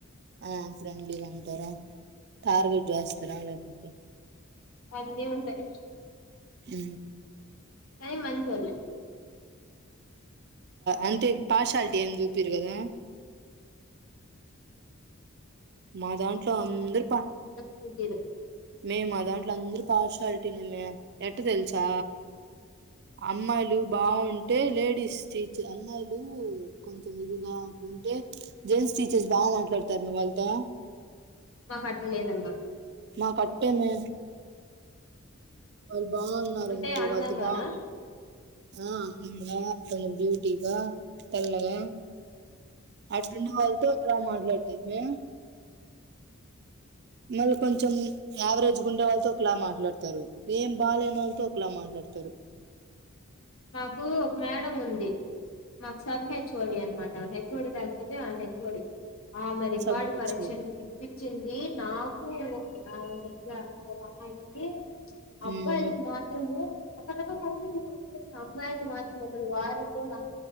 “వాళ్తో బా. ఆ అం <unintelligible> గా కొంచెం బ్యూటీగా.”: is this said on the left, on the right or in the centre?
Right